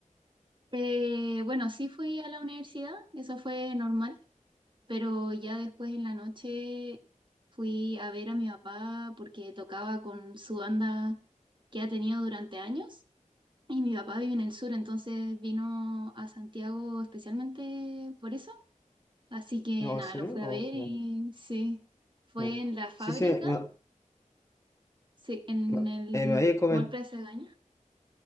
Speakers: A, on the right; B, on the left.
A: Eh, bueno, sí fui a la universidad, eso fue normal, pero ya después en la noche fui a ver a mi papá porque tocaba con su banda que ha tenido durante años y mi papá vive en el sur, entonces vino a Santiago especialmente por eso, así que
B: No,
A: nada,
B: ¿en serio?
A: lo fui
B: Oh,
A: a ver y sí, fue
B: Ya.
A: en la fábrica,
B: Sí, sí, me,
A: sí, en
B: me-
A: el
B: eh, me había comen-
A: Mall Plaza Gaña.